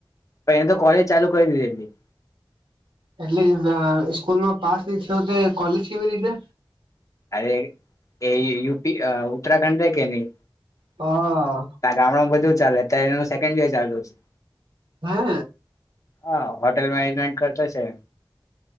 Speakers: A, on the left; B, on the right.
A: પણ એને તો કોલેજ ચાલુ કરી દીધી હતી
B: એટલે સ્કૂલમાં પાસ ન થયો, કોલેજ કેવી રીતે?
A: અરે એ યૂપી ઉત્તરાખંડ કે નહી
B: હા
A: ત્યાં ગામડામાં બધું અત્યારે એનુ સેકેન્ડ યર ચાલતું હશે,
B: હે
A: હા હોટેલમાં કરતા છે